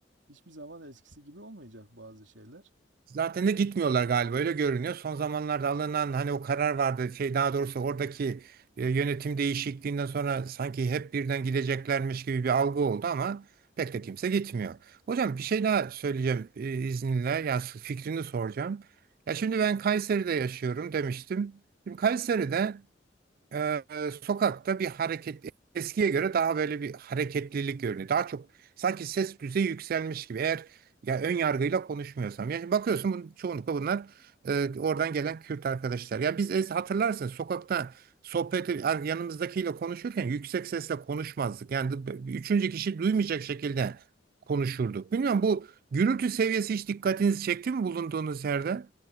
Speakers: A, on the right; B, on the right.
A: hiçbir zaman eskisi gibi olmayacak bazı şeyler.
B: Zaten de gitmiyorlar galiba öyle görünüyor. Son zamanlarda alınan hani o karar vardı şey daha doğrusu oradaki e, yönetim değişikliğinden sonra sanki hep birden gideceklermiş gibi bir algı oldu ama pek de kimse gitmiyor. Hocam bir şey daha söyleyeceğim e, izninle yani fikrini soracağım. Ya şimdi ben Kayseri'de yaşıyorum demiştim. Şimdi Kayseri'de e, sokakta bir hareket eskiye göre daha böyle bir hareketlilik görünüyor. Daha çok sanki ses düzeyi yükselmiş gibi. Eğer ya ön yargıyla konuşmuyorsam. Yani bakıyorsun bunun, çoğunlukla bunlar e, oradan gelen Kürt arkadaşlar. Ya biz es- hatırlarsınız sokakta sohbet ar- yanımızdakiyle konuşurken yüksek sesle konuşmazdık. Yani d- üçüncü kişi duymayacak şekilde konuşurduk. Bilmiyorum bu gürültü seviyesi hiç dikkatinizi çekti mi bulunduğunuz yerde?